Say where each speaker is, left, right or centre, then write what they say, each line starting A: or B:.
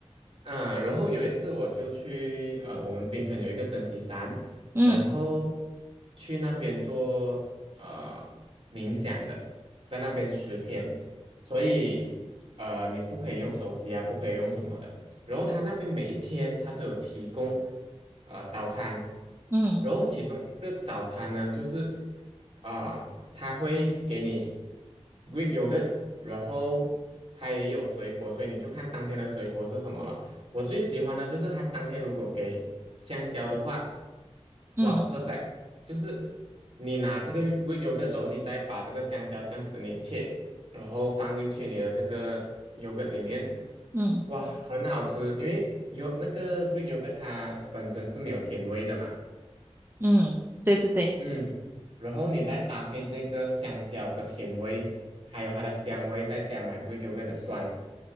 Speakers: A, on the right; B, on the right.
A: 嗯，然后有一次我就去呃，我们槟城有一个升旗山，
B: 嗯
A: 然后去那边做呃冥想的，在那边十天，所以呃你不可以用手机啊，不可以用什么的。然后他那边每一天他都有提供呃早餐，
B: 嗯
A: 然后其中一个早餐呢就是啊、呃他会给你 Greek yogurt，然后它也有水果，所以你就看当天的水果是什么了。我最喜欢的就是它当天如果给香蕉的话，
B: 嗯
A: 哇，perfect，就是你拿这个 Greek yogurt，然后你再把这个香蕉这样子你切，然后放进去你的这个 yogurt 里面，
B: 嗯
A: 哇，很好吃，因为有那个 Greek yogurt 它本身是没有甜味的嘛，
B: 嗯，对对对，
A: 嗯，然后你再搭配这个香蕉的甜味，还有它的香味，再加买 Greek yogurt 的酸，